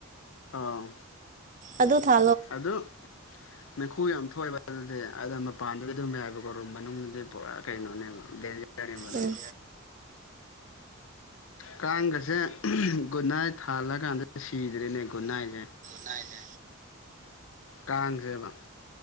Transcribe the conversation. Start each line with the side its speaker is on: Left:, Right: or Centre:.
Left: ꯑꯥ
Right: ꯑꯗꯨ ꯊꯥ
Left: ꯑꯗꯣ ꯅꯈꯨ ꯌꯥꯝ ꯊꯣꯛꯑꯕ ꯑꯗꯨꯗꯤ ꯑꯗ ꯃꯄꯥꯟꯗꯨꯗꯤ ꯑꯗꯨꯝ ꯌꯥꯏꯕꯀꯣ ꯔꯨꯝ ꯃꯅꯨꯡꯗꯤ ꯄꯨꯔꯥ ꯀꯩꯅꯣꯅꯦꯕ ꯀ ꯃꯅ
Right: ꯎꯝ
Left: ꯀꯥꯡꯒꯁꯦ ꯒꯨꯅꯥꯏ ꯊꯥꯜꯂꯀꯥꯟꯗ ꯁꯤꯗ꯭ꯔꯔꯤꯅꯦ ꯒꯨꯟꯅꯥꯏꯁꯦ
Right: ꯗꯥꯥꯏꯅꯦ
Left: ꯀꯥ ꯔꯦꯕꯥ